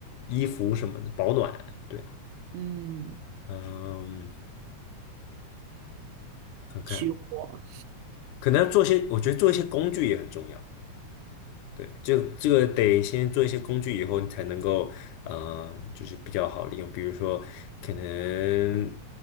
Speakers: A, on the left (about 85°); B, on the right (about 80°).
A: 衣服什么的保暖。对，
B: 嗯，
A: 嗯，看看，
B: 取火，
A: 可能要做些，我觉得做一些工具也很重要。对，这个这个得先做一些工具，以后你才能够，嗯，就是比较好利用。比如说，可能，